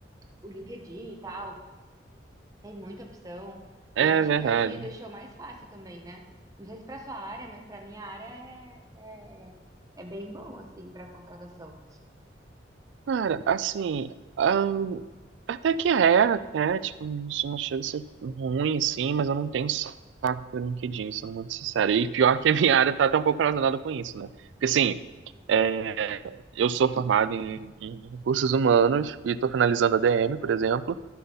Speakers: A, on the right; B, on the right.
A: o LinkedIn e tal, tem muita opção.
B: É
A: E eu acho
B: verdade.
A: que hoje deixou mais fácil também, né? Não sei se pra sua área, mas pra minha área é, é é bem bom, assim, pra contratação.
B: Cara, assim, ahn, até que é, até, tipo, não não chega a ser ruim, assim, mas eu não tenho saco pelo LinkedIn, sendo muito sincero. E pior que a minha área tá até um pouco relacionada com isso, né? Porque, assim, é, eu sou formado em, em recursos humanos e tô finalizando a DM, por exemplo,